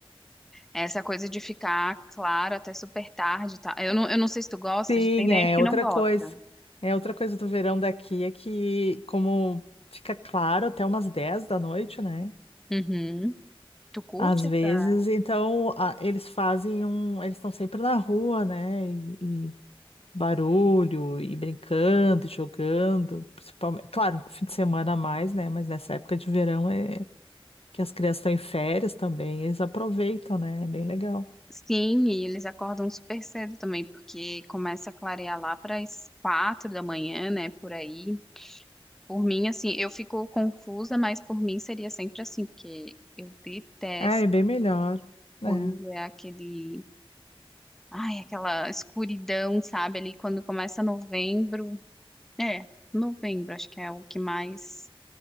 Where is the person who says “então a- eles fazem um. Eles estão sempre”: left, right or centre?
Left